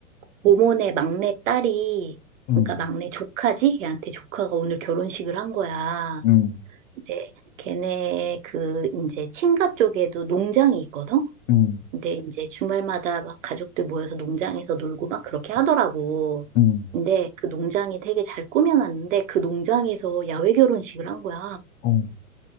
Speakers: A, on the right; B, on the left.
A: 모모네 막내 딸이,
B: 음,
A: 그러니까 막내 조카지? 걔한테 조카가 오늘 결혼식을 한 거야.
B: 음,
A: 근데 걔네 그 이제 친가 쪽에도 농장이 있거든?
B: 음,
A: 근데 이제 주말마다 막 가족들 모여서 농장에서 놀고 막 그렇게 하더라고.
B: 음,
A: 근데 그 농장이 되게 잘 꾸며놨는데 그 농장에서 야외 결혼식을 한 거야.
B: 어.